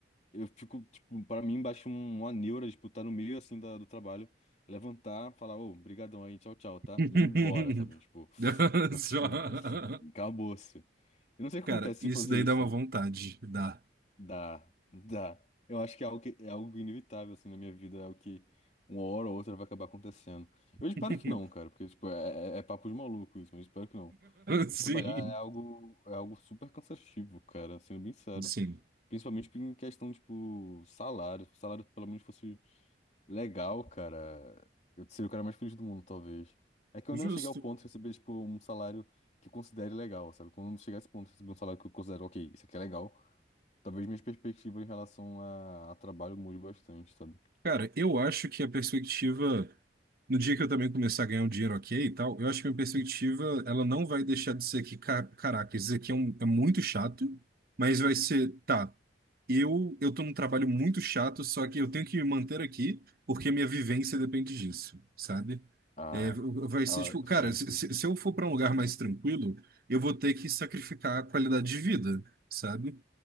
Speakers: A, on the left; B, on the right.
A: eu fico, tipo, pra mim, baixa um, uma neura, tipo, tá no meio, assim, da- do trabalho, levantar, falar, ô, brigadão aí, tchau, tchau, tá?
B: <laughs>
A: E ir embora, sabe? Tipo, só que,
B: Só-
A: tipo, <laughs> acabou-se. Eu não sei o que
B: Cara,
A: acontece se
B: isso
A: fazer
B: daí
A: isso,
B: dá uma
A: sabe?
B: vontade. Dá.
A: Dá, dá. Eu acho que é algo, que, é algo inevitável, assim, na minha vida, é algo que uma hora ou outra vai acabar acontecendo.
B: <laughs>
A: Eu espero que não, cara, porque, tipo, é, é é papo de maluco isso, mas eu espero que não. Mas
B: Sim,
A: trabalhar é algo, é algo super cansativo, cara, sendo bem sério.
B: sim.
A: Principalmente em questão, tipo, salário. Se o salário pelo menos fosse legal, cara, eu seria o cara mais feliz do mundo, talvez. É que
B: Justo.
A: eu ainda não cheguei ao ponto de receber, tipo, um salário que eu considere legal, sabe? Quando eu chegar a esse ponto de receber um salário que eu considero, ok, isso aqui é legal, talvez minhas perspectivas em relação a, a trabalho mude bastante, sabe?
B: Cara, eu acho que a perspectiva, no dia que eu também começar a ganhar um dinheiro ok e tal, eu acho que a minha perspectiva, ela não vai deixar de ser que, ca- caraca, isso aqui é, um- é muito chato, mas vai ser, tá, eu, eu tô num trabalho muito chato, só que eu tenho que me manter aqui, porque minha vivência depende disso, sabe?
A: A,
B: É, vai ser
A: a,
B: tipo, cara,
A: sim,
B: se,
A: sim.
B: se se eu for para um lugar mais tranquilo, eu vou ter que sacrificar a qualidade de vida, sabe?